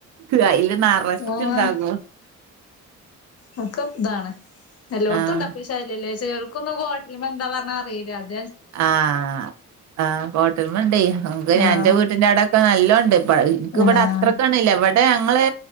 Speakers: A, on the right (about 65°); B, on the left (about 50°).
A: അയില് നറച്ചുണ്ടാകും
B: ആഹ.. നക്കും ഇതാണ് എല്ലായിടത്തും
A: ആഹ്
B: ഉണ്ട് അപ്പ ശല്യല്ലേ ചിലർക്കൊന്നും കോ എന്താ പറഞ്ഞ അയില്ലേ അത്
A: ആഹ ആ കോട്ടമണ്ടേ നിക്ക് ഞാൻ
B: ആഹ്
A: എന്റെ വീട്ടിന്റെടയൊക്കെ നല്ലോണ്ട് പ്പ എനക്ക് ഇവിടെ
B: ആഹ്
A: അത്ര കാണില്ല ഇവിടെ ഞങ്ങള്